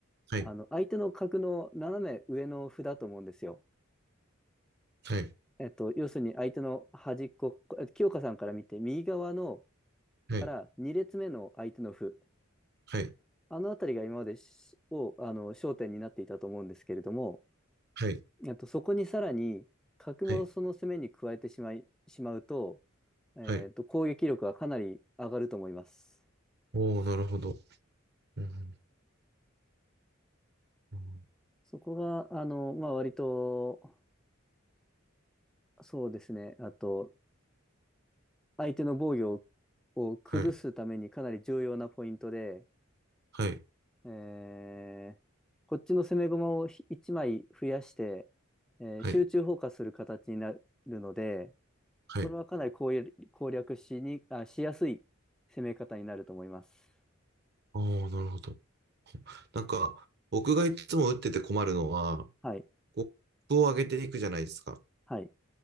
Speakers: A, on the right (about 55°); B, in the centre.
A: はい、
B: あの、相手の角の斜め上の歩だと思うんですよ。
A: はい、
B: えっと、要するに相手の端っこ、え清香さんから見て、右側の
A: はい、
B: から2列目の相手の歩、
A: はい、
B: あの辺りが今までしを、あの、焦点になっていたと思うんですけれども、
A: はい、
B: えっと、そこにさらに角もその攻めに加えてしまい、
A: はい、
B: しまうと、えっと、
A: はい。
B: 攻撃力がかなり上がると思います。
A: おー、なるほど。うん、うん、
B: そこが、あの、まあ、割と、そうですね、あと、相手の防御をを崩すためにかなり重要なポイントで、
A: はい、はい、
B: えーこっちの攻め駒を1枚増やして、えー集中砲火する形になるので、
A: はい、はい。
B: これはかなり攻略攻略しに、あ、しやすい攻め方になると思います。
A: おー、なるほど。なんか、僕がいつも打ってて困るのは、
B: はい。
A: こうコップを上げていくじゃないですか。
B: はい、